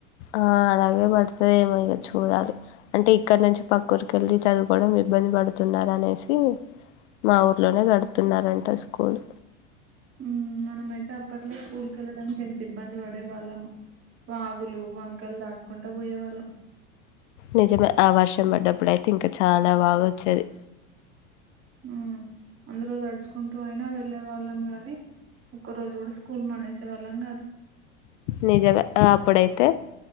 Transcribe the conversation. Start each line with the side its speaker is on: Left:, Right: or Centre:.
Left: ఆహ్ అలాగే పడుతదేమో ఇగ చూడాలి అంటే ఇక్కడ నుంచి పక్కరుకి ఎళ్ళి చదువుకోడం ఇబ్బంది పడుతున్నారు అనేసి. మా ఊర్లోనే గడుతున్నారండి ట స్కూల్
Right: హ్మ్ మనమైతే అప్పట్లో స్కూల్ కెళ్ళడానికి ఎంత ఇబ్బంది బడే వాళ్ళమొ. వాగులు వంకల్ దా కొంట పోయేవాళ్ళం
Left: నిజమే ఆ వర్షం పడ్డప్పుడు అయితే ఇంకా చాలా బాగా వచ్చేది
Right: హ్మ్ అందులో తడుచుకుంటూ అయినా వెళ్ళే వాళ్ళం గాని ఒక్క రోజు కూడా స్కూల్ మానేసే వాళ్ళం కాదు
Left: నిజమే అప్పుడైతే